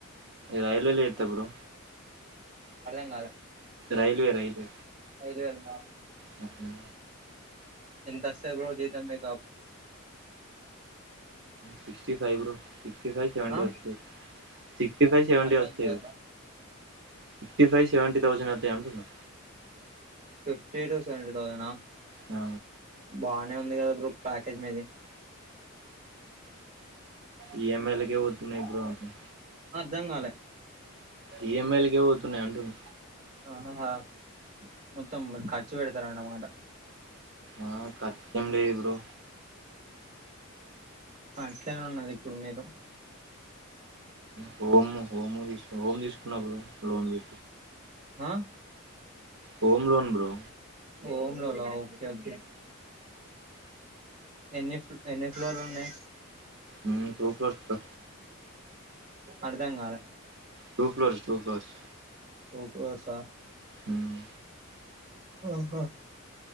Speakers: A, on the right (about 55°); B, on the right (about 35°).
A: రైల్వే లో చేస్తా బ్రో
B: అర్థం కాలే
A: రైల్వే రైల్వే.
B: రైల్వే ల నా.
A: హ్మ్ హు
B: ఎంత అస్తది బ్రో జీతం మీకు.
A: Sixty five bro. Sixty five
B: ఆ
A: సెవెంటీ వస్తే సిక్స్టీ ఫైవ్ సెవెంటీ
B: అర్థం
A: వస్తావ.
B: కాలే
A: సిక్స్టీ ఫైవ సెవెంటీథౌజండ్ వస్తాయి అంటున్నా.
B: ఫిఫ్టీ టు సవెంటీ తౌసండ్ ఆ.
A: ఆ.
B: బానే ఉంది కదా బ్రో ప్యాకేజ్ మీది.
A: ఈ ఎం ఎలకే పోతున్నాయి బ్ర అస్సలు.
B: అర్ధం కాలే.
A: ఈఎమ్ఐలు కే పోతున్నాయి అంటున్న.
B: ఆహా మొత్తం ఖర్చు పెడతారన్న అన్నమాట.
A: ఆ ఖర్చు ఏం లేదు బ్రో.
B: అ అంటే నే ఉన్నది ఇప్పుడు మీరు.
A: హోమ్ హోమ్ తీసు హోమ్ తీసుకున్నా బ్రో లోన్ది.
B: హ.
A: Home loan bro.
B: Home loan ఆ ఓకే ఓకే. ఎన్ని ఎన్ని ఫ్లోర్లు ఉన్నాయి.
A: ఉమ్ టూ ఫ్లోర్స్ బ్రో.
B: అర్ధం కాలే.
A: Two floors two floors.
B: Two crores ఆ.
A: హ్మ్.
B: ఆహా